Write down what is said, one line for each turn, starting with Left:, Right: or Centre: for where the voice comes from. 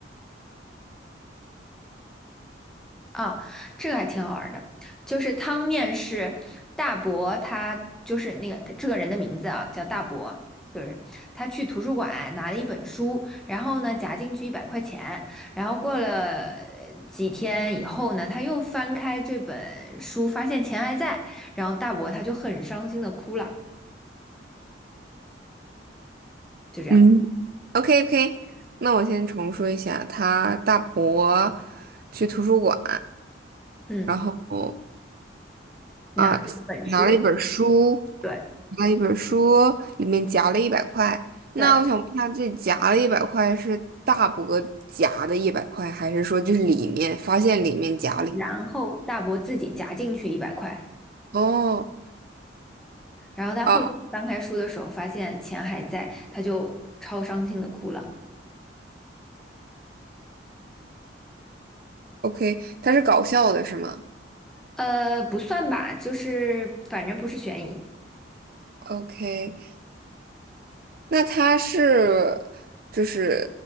Centre: 啊，这个还挺好玩儿的，就是汤面是大伯，他就是那个这个人的名字啊，叫大伯，就是他去图书馆拿了一本书，然后呢夹进去一百块钱，然后过了呃几天以后呢，他又翻开这本书，发现钱还在，然后大伯他就很伤心的哭了，就这样，
Right: 嗯 o k o k 那我先重说一下，他大伯去图书馆，
Centre: 嗯，
Right: 然后
Centre: 拿了一本书，
Right: 啊，拿了一本书，
Centre: 对
Right: 拿了一本书，里面夹了一百块。
Centre: 对，
Right: 那我想问一下，这夹了一百块是大伯夹的一百块，还是说就是里面发现里面夹了一
Centre: 然后大伯自己夹进去一百块。
Right: 哦，
Centre: 然后他后天翻开书的时候，
Right: 啊
Centre: 发现钱还在，他就超伤心的哭了。
Right: ，OK，他是搞笑的是吗
Centre: 呃，不算吧，就是反正不是悬疑，
Right: ？OK，那他是就是